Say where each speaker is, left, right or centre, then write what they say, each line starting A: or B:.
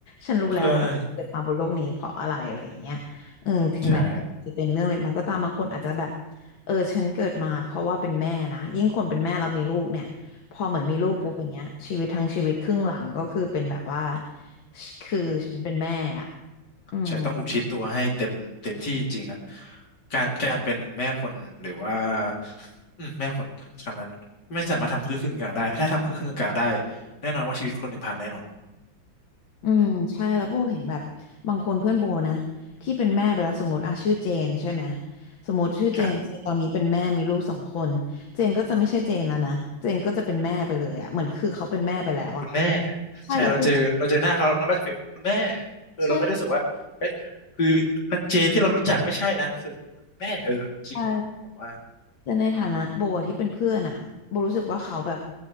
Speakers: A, on the left; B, on the left.
A: ฉันรู้แล้วว่าฉันเกิดมาบนโลกนี้เพราะอะไรอะไรอย่างเงี้ย
B: ใช่
A: อืมถึงแม้จะเป็นเรื่องเล็กน้อยก็ตามบางคนอาจจะแบบ
B: ใช่
A: เออฉันเกิดมาเพราะว่าเป็นแม่นะยิ่งคนเป็นแม่เรามีลูกเนี่ยพอเหมือนมีลูกปุ๊บอย่างเงี้ยชีวิตทั้งชีวิตครึ่งหลังก็คือเป็นแบบว่า
B: อืม
A: คือฉันเป็นแม่อะ
B: เป็น
A: อืม
B: ใช่ต้องอุทิศตัวให้เต็มเต็มที่จริงๆครับการการเป็นแม่คนหรือว่าอืมแม่คนคำนั้นไม่สามารถทำครึ่งครึ่งกลางๆได้ถ้าทำครึ่งครึ่งกลางๆได้แน่นอนว่าชีวิตคนหนึ่งพังแน่นอน
A: อืมใช่แล้วโบเห็นแบบบางคนเพื่อนโบนะที่เป็นแม่ไปแล้วสมมติอ่ะชื่อเจนใช่ไหม
B: อืม
A: สมมติชื่อเจนเจนตอนนี้เป็นแม่มีลูกสองคนเจนก็จะไม่ใช่เจนแล้วนะเจนก็จะเป็นแม่ไปเลยอ่ะเหมือนคือเขาเป็นแม่ไปแล้วอ่ะ
B: ครับคุณแม่
A: ใช่แล้วก็แบบ
B: ใช่เราเจอเราเจอหน้าเขาเราก็จะฟีลคุณแม่เออเราไม่ได้รู้สึกว่าเอ้ยคือนางเจนที่เรารู้จักไม่ใช่นะคือ
A: ใช่
B: แม่เออจริงว่ะผมว่า
A: ใช่ แต่ในฐานะโบที่เป็นเพื่อนอะโบรู้สึกว่าเขาแบบ
B: อืม